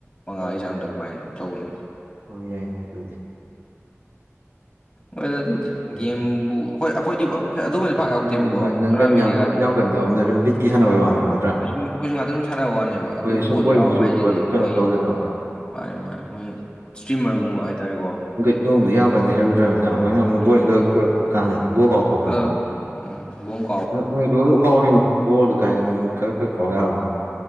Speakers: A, on the left; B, on the right.
A: ꯃꯉꯥꯒꯤ
B: ꯑꯣ
A: ꯆꯥꯡꯗ ꯑꯗꯨꯃꯥꯏꯅ ꯇꯧꯕꯅꯦ꯫
B: ꯍꯣꯏ ꯌꯥꯏꯅꯦ ꯑꯗꯨꯗꯤ꯫
A: ꯍꯣꯏ ꯑꯗꯨꯗꯤ
B: ꯌꯥꯏꯅꯦ
A: ꯒꯦꯝꯕꯨ ꯍꯣꯏ ꯑꯩꯈꯣꯏꯗꯤ ꯄꯥꯛ ꯌꯥꯎꯗꯦꯕꯀꯣ
B: ꯅꯪ ꯍꯣꯏ ꯅꯪꯒꯟ
A: ꯇꯣꯔꯅꯥꯃꯦꯟ
B: ꯌꯥꯝ
A: ꯀꯩꯀꯥꯗꯤ
B: ꯀꯟ- ꯌꯥꯝ ꯀꯟꯗꯤ ꯌꯥꯎꯋꯤꯅ ꯁꯨꯝ ꯕꯤꯠꯀꯤ ꯁꯥꯟꯅꯕꯩ ꯋꯥꯅꯦꯕ ꯅꯠꯇ꯭ꯔꯥ
A: ꯁꯨꯝ ꯑꯩꯈꯣꯏ ꯉꯥꯛꯇꯪ ꯁ ꯁꯨꯝ ꯁꯥꯟꯅꯕ ꯋꯥꯅꯦꯕ ꯑꯗꯨꯒꯤ
B: ꯍꯣꯏ ꯁꯨꯝ
A: ꯄꯣꯠ
B: ꯕꯣꯔꯤꯡ
A: ꯌꯥꯎꯕ
B: ꯆꯨꯔꯛꯄꯗꯨ
A: ꯍꯥꯏꯁꯤꯗꯤ
B: ꯀꯩꯅꯣ
A: ꯃꯣꯏ
B: ꯇꯧꯗꯅꯕ
A: ꯃꯥꯅꯤ ꯃꯥꯅꯤ ꯃꯣꯏ ꯏꯁꯇ꯭ꯔꯤꯃꯔꯒꯨꯝꯕ ꯍꯥꯏꯇꯥꯔꯦꯀꯣ
B: ꯅꯣꯡꯗꯗꯨ ꯌꯥꯝ ꯀꯟꯗꯤꯦ ꯍꯥꯏꯔꯨꯗ꯭ꯔꯕꯅꯤꯅ ꯑꯩꯈꯣꯏꯅ ꯑꯃꯨꯛ
A: ꯎꯝ
B: ꯕꯣꯔꯡ ꯀꯛ ꯆꯨꯔꯛ ꯀꯥꯟꯁꯤꯗ ꯕꯣꯣꯔ ꯀꯥꯎꯊꯣꯛꯄꯅꯦꯕ
A: ꯀꯛ ꯎꯝ ꯎꯝ ꯣꯡ
B: ꯅꯪꯁꯨ ꯑꯗꯨꯝ ꯀꯥꯎꯔꯤꯅꯤ ꯕꯣꯜꯗ ꯀꯥꯏ ꯅꯪ ꯈꯔ ꯈꯔ ꯀꯥꯎ ꯌꯥꯕꯅꯤ